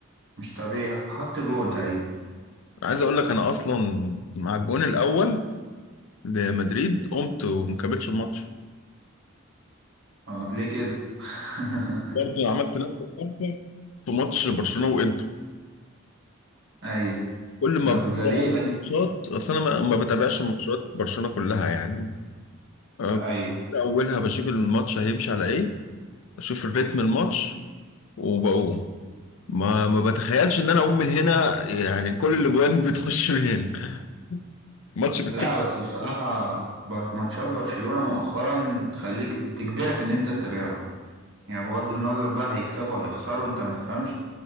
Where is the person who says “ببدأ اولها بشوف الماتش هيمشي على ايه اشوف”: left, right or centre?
Left